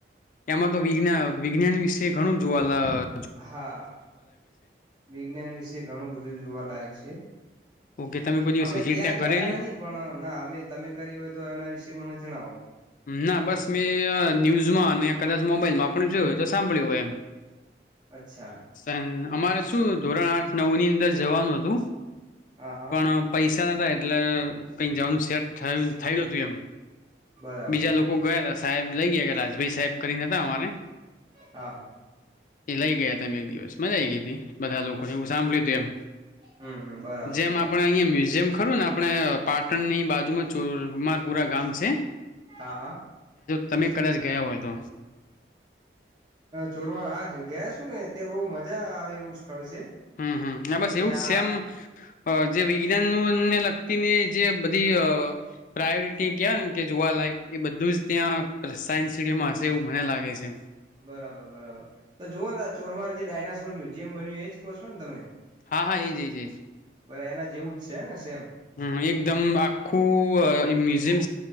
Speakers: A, on the left; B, on the right.
A: એમાં તો વિજ્ઞ વિજ્ઞાન વિશે ઘણું જોવા લા અ
B: હા, વિજ્ઞાન વિશે ઘણું બધું જોવાલાયક છે. છે.
A: ઓકે તમે કોઈ દિવસ
B: અમે
A: વિઝિટ
B: ત્યાં ગયા
A: કરેલી
B: નહી પણ ના અમે તમે કરી હોય, તો એના વિશેે મને જણાવો.
A: ના બસ મેં ન્યૂઝમાં અને કદાચ મોબાઈલમાં આપણે જોયું હોય તો સાંભળ્યું હોય,
B: અચ્છા
A: એમ <unintelligible> અમારે શું ધોરણ આઠ નવ ની અંદર જવાનું હતું,
B: હા હા
A: પણ પૈસા પ એટલે કઈક જવાનું સેટ થ થયું હતું, એમ
B: બરાબર
A: બીજા લોકો ગયા હતા, સાહેબ લઈ ગયા કે રાજભાઈ સાહેબ કરીનેતા અમારે
B: હા હા
A: એ લઈ ગયા ત એમ એક દિવસ મજા આવી ગઈ હતી, બધા લોકોને એવું સાંભળ્યું તું એમ
B: હમ હમ બરાબર
A: જેમ
B: બરાબર
A: આપડે અહં મ્યુઝિયમ ખરું ને આપણે પાટણની બાજુમાં ચોરમારપુરા ગામ છે,
B: હા હા
A: તમે કદાચ ગયા હોય તો,
B: ચોરમાં ગયા છું, ને ત્યાં બહુ મજા આવે એવું સ્થળ છે.
A: હમ્મ હમ્મ બસ
B: ત્યાં
A: એવું જ સેમ જે વિજ્ઞાનને લ વ્યતિની જે બધી પ્રાયોરિટી કયા ને કે જોવા લયક એ બધું જ ત્યાં સાયન્સ સમાં હશે એવું મને લાગે છે.
B: બરાબર બરાબર તો જોઓ ને આ ચોરમાર જે ડાયનાસોર મ્યુઝિયમ બન્યું એ જ કહશો ને તમે?
A: હા હા એ જ જજ
B: બરા એના જેવું જ છે ને સેમ
A: હમ એકદમ આખું મ્યુઝિયમ